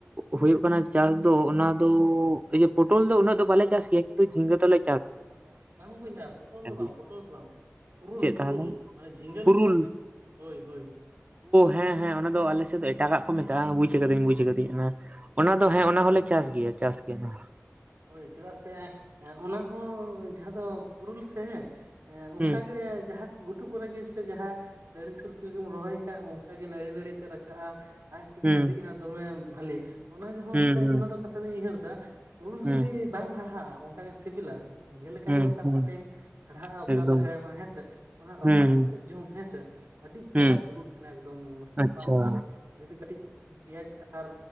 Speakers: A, on the right; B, on the right.
A: ᱦᱩᱭᱩᱜ ᱠᱟᱱᱟ ᱪᱟᱥ ᱫᱚ ᱚᱱᱟ ᱫᱚ ᱮ ᱯᱚᱴᱚᱞ ᱫᱚ ᱩᱱᱟᱹᱜ ᱫᱚ ᱵᱟᱞᱮ ᱪᱟᱥ ᱜᱮᱭᱟ᱾ ᱡᱷᱤᱝᱜᱟ ᱫᱚ ᱞᱮ
B: ᱵᱟᱝ ᱵᱚᱭᱦᱟ ᱯᱚᱴᱚᱞ ᱫᱚ ᱵᱟᱝ
A: ᱜᱮᱭᱟ
B: ᱯᱚᱴᱚᱞ ᱫᱚ ᱵᱟᱝ ᱯᱩᱨᱩᱞ
A: ᱪᱮᱫ
B: ᱯᱩᱨᱩᱞ
A: ᱛᱟᱦᱚᱞᱮ
B: ᱢᱟᱱᱮ ᱡᱷᱤᱸᱜᱟᱹ
A: ᱯᱩᱨᱩᱞ
B: ᱞᱮᱠᱟ ᱜᱮ ᱢᱤᱫ ᱴᱮᱱ ᱦᱳᱭ ᱦᱳᱭ
A: ᱦᱮᱸ ᱦᱮᱸ ᱚᱱᱟᱫᱚ ᱟᱞᱮ ᱥᱮᱫ ᱫᱚ ᱮᱴᱟᱜᱟᱜ ᱠᱚ ᱢᱮᱛᱟᱜᱼᱟ᱾ ᱵᱩᱡ ᱟᱠᱟᱫᱟᱹᱧ ᱵᱩᱡ ᱟᱠᱟᱫᱟᱹᱧ ᱚᱱᱟ ᱚᱱᱟ ᱫᱚ ᱦᱮᱸ ᱚᱱᱟ ᱦᱚᱞᱮ ᱪᱟᱥ ᱜᱮᱭᱟ ᱪᱟᱥ ᱜᱮᱭᱟ᱾
B: ᱦᱳᱭ ᱪᱮᱫᱟᱜ ᱥᱮ ᱚᱱᱟ ᱦᱚᱸ ᱡᱟᱦᱟᱸ ᱫᱚ ᱯᱩᱨᱩᱞ ᱥᱮᱼᱼ ᱚᱱᱠᱟ
A: ᱦᱩᱸ
B: ᱜᱮ ᱡᱟᱦᱟᱸᱼᱼ ᱜᱷᱩᱴᱩ ᱠᱚᱨᱮ ᱜᱮ ᱥᱮ ᱡᱟᱦᱟᱸ ᱫᱟᱨᱮ ᱥᱩᱨ ᱠᱚᱨᱮ ᱜᱮᱢ ᱨᱚᱦᱚᱭ ᱠᱷᱟᱡ ᱚᱱᱠᱟᱜᱮ ᱱᱟᱹᱲᱤ ᱱᱟᱹᱲᱤ ᱛᱮ ᱨᱟᱠᱟᱵᱼᱟ᱾ ᱟᱡ ᱛᱮᱜᱤ
A: ᱦᱩᱸ
B: ᱱᱟᱲᱤᱜᱼᱟ ᱫᱚᱢᱮ ᱵᱷᱟᱹᱞᱤ ᱚᱱᱟᱦᱚᱸ
A: ᱦᱩᱸ
B: ᱪᱮᱫᱟᱜ
A: ᱦᱩᱸ
B: ᱚᱱᱟ ᱫᱚ ᱠᱟᱛᱷᱟ ᱫᱚᱧ ᱩᱭᱦᱟᱹᱨ ᱮᱟᱼᱼ ᱯᱩᱨᱩᱞ ᱡᱩᱫᱤ
A: ᱦᱩᱸ
B: ᱵᱟᱝ ᱵᱟᱲᱦᱟᱜᱼᱟ ᱚᱱᱠᱟ ᱜᱮ ᱥᱤᱵᱤᱞᱟ ᱡᱤᱸᱜᱟᱹ ᱞᱮᱠᱟ
A: ᱦᱩᱸ
B: ᱜᱮ
A: ᱦᱩᱸ
B: ᱚᱠᱟ
A: ᱦᱩᱸ
B: ᱚᱠᱟ ᱴᱟᱭᱤᱢᱼᱼ ᱦᱟᱲᱦᱟᱜᱼᱟ ᱚᱠᱟ
A: ᱮᱠᱫᱚᱢ
B: ᱫᱚ ᱦᱮᱲᱮᱢᱟ ᱦᱮᱸ ᱥᱮ, ᱚᱱᱟ ᱨᱟᱯᱟᱜ
A: ᱦᱩᱸ ᱦᱩᱸ
B: ᱠᱟᱛᱮᱫ ᱡᱚᱢ ᱦᱮᱸᱥᱮ ᱟᱹᱰᱤ ᱠᱟᱡᱟᱜ
A: ᱦᱩᱸ
B: ᱵᱩᱡᱩᱜ ᱛᱟᱦᱮᱸᱱᱟ ᱮᱠᱫᱚᱢ ᱨᱟᱯᱟᱜ
A: ᱟᱪᱪᱷᱟ
B: ᱟᱨᱼᱼ ᱡᱩᱫᱤ ᱠᱟᱹᱴᱤᱡ ᱯᱮᱸᱭᱟᱡᱽ ᱟᱨ